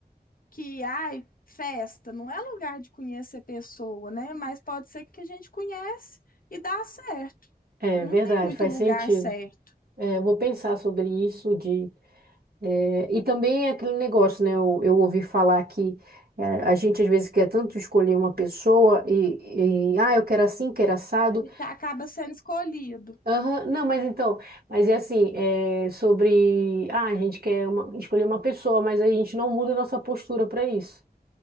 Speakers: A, on the left (about 60°); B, on the right (about 70°).
A: que, ai, festa não é lugar de conhecer pessoa, né? Mas pode ser que a gente conhece e dá certo.
B: É
A: Não
B: verdade,
A: tem muito
B: faz
A: lugar
B: sentido.
A: certo.
B: É, eu vou pensar sobre isso de... eh, e também é aquele negócio, né? Eu, eu ouvi falar que eh, a gente às vezes quer tanto escolher uma pessoa e, e... Ah, eu quero assim, quero assado
A: A gente acaba sendo escolhido.
B: Aham, Não, mas então, mas é assim, é sobre, ah, a gente quer uma- escolher uma pessoa, mas a gente não muda nossa postura para isso.